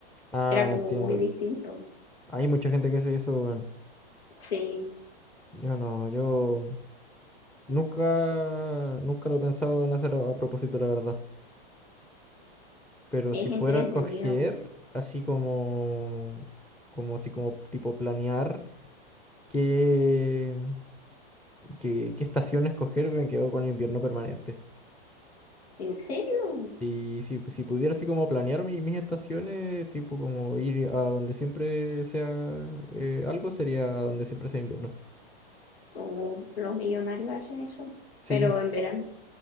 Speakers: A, in the centre; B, on the left.
A: ah,
B: era como
A: entiendo.
B: muy distinto.
A: Hay mucha gente que hace eso, weón.
B: Sí,
A: Yo no, yo nunca, nunca lo he pensado en hacer a a propósito, la verdad. Pero
B: es
A: si fuera
B: entretenido.
A: a coger, así como, como si como tipo planear qué, qué, qué estación escoger, me quedo con invierno permanente.
B: ¿En serio?
A: Y si, si pudiera así como planear mi- mis estaciones, tipo como ir a donde siempre sea eh, algo, sería a donde siempre sea invierno.
B: Oh, los millonarios hacen eso,
A: Sí,
B: pero en verano,